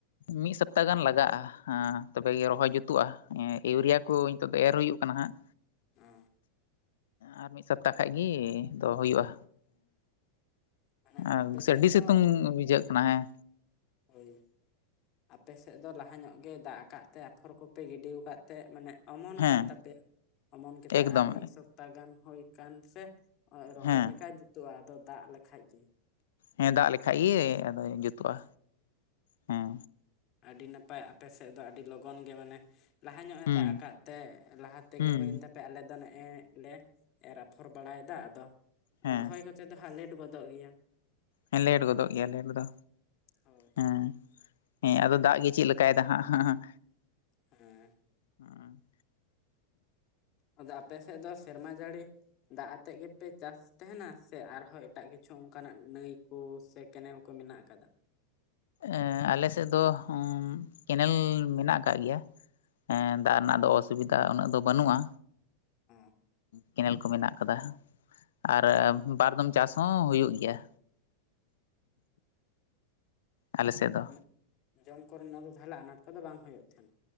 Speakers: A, on the left; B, on the left.
A: ᱢᱤᱫ ᱥᱚᱯᱛᱟ ᱜᱟᱱ ᱞᱟᱜᱟᱜ-ᱟ᱾ ᱦᱟᱸ ᱛᱚᱵᱮ ᱜᱮ ᱨᱚᱦᱚᱭ ᱡᱩᱛᱩᱜ-ᱟ ᱮᱸᱜ ᱤᱭᱩᱨᱤᱭᱟ ᱠᱚ ᱱᱤᱛᱚᱜ ᱫᱚ ᱮᱨ ᱦᱩᱭᱩᱜ ᱠᱟᱱᱟ ᱦᱟᱸᱜ
B: ᱚ
A: ᱟᱨ ᱢᱤᱫ ᱥᱚᱯᱛᱟ ᱠᱷᱟᱡ ᱜᱮ ᱫᱚ ᱦᱩᱭᱩᱜ-ᱟ
B: ᱢᱟᱱᱮ
A: ᱮᱸ
B: ᱟᱯᱮ ᱥᱮᱫ
A: ᱟᱹᱰᱤ
B: ᱫᱚ
A: ᱥᱤᱛᱩᱝ ᱵᱩᱡᱷᱟᱹᱜ ᱠᱟᱱᱟ ᱦᱮᱸ
B: ᱦᱳᱭ ᱟᱯᱮ ᱥᱮᱫ ᱫᱚ ᱞᱟᱦᱟ ᱧᱚᱜ ᱜᱮ ᱫᱟᱜ ᱟᱠᱟᱫ ᱛᱮ ᱟᱯᱷᱚᱨ ᱠᱚᱯᱮ ᱜᱤᱰᱤᱣ ᱟᱠᱟᱫ ᱛᱮ ᱢᱟᱱᱮ ᱚᱢᱚᱱ
A: ᱦᱮᱸ
B: ᱟᱠᱟᱱ ᱛᱟᱯᱮᱭᱟ ᱚᱢᱚᱱ ᱠᱟᱛᱮᱜ
A: ᱮᱠᱫᱚᱢ
B: ᱟᱨ ᱢᱤᱫ ᱥᱚᱯᱛᱟ ᱜᱟᱱ ᱦᱩᱭ ᱠᱟᱱ ᱥᱮ ᱦᱚᱜ ᱨᱚᱦᱚᱭ
A: ᱦᱮᱸ
B: ᱞᱮᱠᱟᱭ ᱡᱩᱛᱩᱜ-ᱟ ᱟᱫᱚ ᱫᱟᱜ ᱞᱮᱠᱷᱟᱡ ᱜᱮ
A: ᱦᱮᱸ ᱫᱟᱜ ᱞᱮᱠᱷᱟᱡ ᱜᱮ ᱟᱫᱚ ᱡᱩᱛᱩᱜ-ᱟ ᱦᱮᱸ
B: ᱟᱰᱤ ᱱᱟᱯᱟᱭ ᱟᱯᱮ ᱥᱮᱫ ᱫᱚ ᱟᱹᱰᱤ ᱞᱚᱜᱚᱱ ᱜᱮ ᱢᱟᱱᱮ-ᱸ ᱞᱟᱦᱟ ᱧᱚᱜ ᱮ
A: ᱦᱩᱸ
B: ᱫᱟᱜ ᱟᱠᱟᱫ ᱛᱮ ᱞᱟᱦᱟ ᱛᱮᱜᱮ
A: ᱦᱩᱸ
B: ᱦᱩᱭᱮᱱ ᱛᱟᱯ ᱯᱮ ᱟᱞᱮ ᱫᱚ ᱱᱮᱜ-ᱮ ᱞᱮ ᱮᱨ ᱟᱯᱷᱚᱨ ᱵᱟᱲᱟᱭᱫᱟ ᱟᱫᱚ
A: ᱦᱮᱸ
B: ᱨᱚᱦᱚᱭ ᱠᱟᱛᱮᱫ ᱫᱚ ᱦᱟᱸᱜ ᱞᱮᱴ ᱜᱚᱫᱚᱜ ᱜᱮᱭᱟ᱾
A: ᱦᱮᱸ ᱞᱮᱴ ᱜᱚᱫᱚᱜ ᱜᱮᱭᱟ ᱞᱮᱴ ᱫᱚ
B: ᱦᱳᱭ
A: ᱦᱮᱸ ᱦᱮᱸ ᱟᱫᱚ ᱫᱟᱜ ᱜᱮ ᱪᱮᱫ ᱞᱮᱠᱟᱭ ᱫᱟ ᱦᱟᱸᱜ ᱦᱟᱸᱜ᱾
B: ᱦᱮᱸ
A: ᱚᱸ
B: ᱟᱫᱚ ᱟᱯᱮ ᱥᱮᱫ ᱫᱚ ᱥᱮᱨᱢᱟ ᱡᱟᱹᱲᱤ, ᱫᱟᱜ ᱟᱛᱮᱫ ᱜᱮᱯᱮ ᱪᱟᱥ ᱼᱼ ᱛᱮᱦᱮᱱᱟ ᱥᱮ ᱟᱨᱦᱚᱸ ᱮᱴᱟᱜ ᱠᱤᱪᱷᱩ ᱚᱱᱠᱟᱱᱟᱜ ᱱᱟᱹᱭ ᱠᱚ ᱥᱮ ᱠᱮᱱᱮᱞ ᱠᱚ ᱢᱮᱱᱟᱜ ᱟᱠᱟᱫᱟ?
A: ᱮᱸ ᱟᱞᱮ ᱥᱮᱫ ᱫᱚ ᱩᱸ ᱠᱮᱱᱮᱞ ᱢᱮᱱᱟᱜ ᱟᱠᱟᱜ ᱜᱮᱭᱟ। ᱦᱮᱸ ᱫᱟᱜᱽ ᱨᱮᱱᱟᱜ ᱫᱚ ᱚᱥᱩᱵᱤᱫᱷᱟ ᱩᱱᱟᱹᱜ ᱫᱚ ᱵᱟᱹᱱᱩᱜᱼᱟ।
B: ᱦᱚᱸᱻ
A: ᱠᱮᱱᱮᱞ ᱠᱚ ᱢᱮᱱᱟᱜ ᱟᱠᱟᱫᱟ, ᱟᱨ ᱵᱟᱨᱫᱚᱢ ᱪᱟᱥ ᱦᱚᱸ ᱦᱩᱭᱩᱜ ᱜᱮᱭᱟ᱾ ᱟᱞᱮᱥᱮᱜ ᱫᱚ᱾
B: ᱩᱱᱟᱹᱜ ᱡᱚᱢ ᱠᱚᱨᱮᱱᱟᱜ ᱫᱚ ᱛᱟᱦᱟᱞᱮ ᱟᱱᱟᱴ ᱠᱚᱫᱚ ᱵᱟᱝ ᱦᱩᱭᱩᱜ ᱛᱟᱦᱮᱸᱱᱟ?